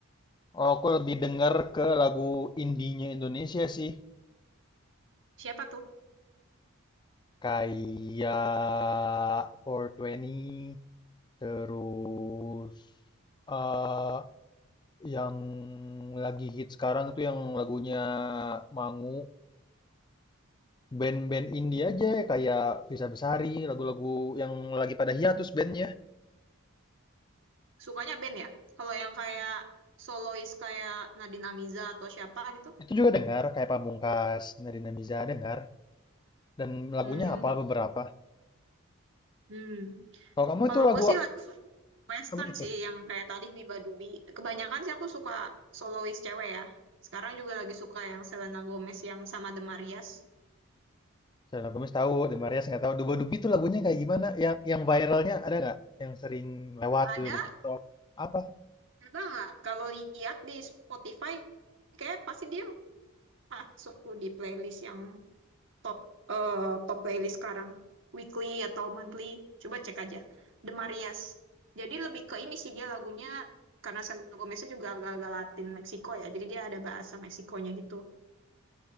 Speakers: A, on the left; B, on the right.
A: Oh, aku lebih denger ke lagu indinya Indonesia sih.
B: Siapa tuh?
A: Kayak four Twenty, terus eh yang lagi hit sekarang tuh yang lagunya Mangu. Band-band indie aja kayak Bisa Besari, lagu-lagu yang lagi pada hiatus bandnya.
B: Sukanya band ya? Kalau yang kayak solois kayak Nadine Amiza atau siapa gitu?
A: Itu juga dengar, kayak Pamungkas, Nadine Amizah dengar, dan lagunya
B: Hmm,
A: apa beberapa.
B: hmm.
A: Kalau kamu
B: Kalau
A: itu lagu
B: gue sih Western
A: apa itu?
B: sih yang kayak tadi Biba Dubi. Kebanyakan sih aku suka solois cewek ya. Sekarang juga lagi suka yang Selena Gomez yang sama The Marias.
A: Selena Gomez tahu, The Marías nggak tahu. Duba Dubi itu lagunya kayak gimana? Yang yang viralnya ada nggak? Yang sering lewat
B: Ada,
A: gitu di TikTok? Apa?
B: ada banget. Kalau lihat di Spotify, kayak pasti dia masuk tuh di playlist yang top eh, top playlist sekarang. Weekly atau monthly. Coba cek aja. The Marias. Jadi lebih ke ini sih dia lagunya, karena Selena Gomeznya juga agak-agak Latin Meksiko ya. Jadi dia ada bahasa Meksikonya gitu.